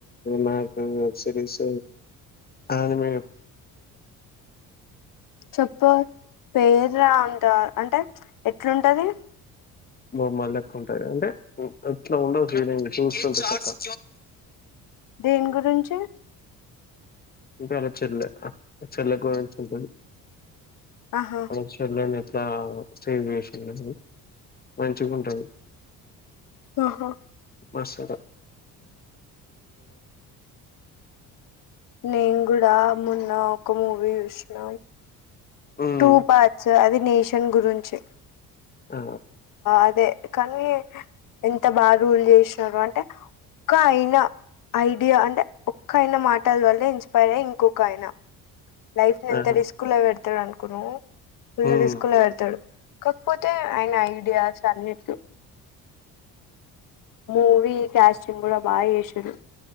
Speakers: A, on the left (about 25°); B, on the left (about 60°).
A: నా వెబ్సీరీస్ అదిమే
B: చెప్పు పేరు అంట అంటే ఎట్లుంటది
A: బొమ్మలు ెక్క ఉంటారు అంటే ఎట్లా ఉండో ఫీలింగ్ చూస్తు చక్క
B: దేని గురించి
A: ఇకా అలో చెల్ చెల్లంటంది
B: ఆహా
A: ఆచర్ను ఎట్లా సేవ్ చేసలేను మంచిగుంటది
B: ఆహా
A: మస అ
B: నే కూడా మొన్న ఒక మూవీ చూసిన
A: హ్మ్
B: టూ పార్ట్స్ అది నేషన్ గురించి
A: ఆ
B: అదే కానీ ఎంత బాగా రూల్ చేసారు అంటే ఒక్క అయినా ఐడియా అంటే ఒక్కయినా మాటల వల్ల ఇన్స్పైర్ అయ్య ఇంకొక ఆయనా లైఫ్ ని ఎంత
A: ఆహా
B: రిస్క్ లో పెడతాడు అనుకును ఫుల్
A: హ్మ్
B: రిస్క్ లో పెడతాడు కాకపోతే ఆయన ఐడియాస్ అన్నింటి మూవీ క్యాస్టింగ్ కూడా బాగా చేసారు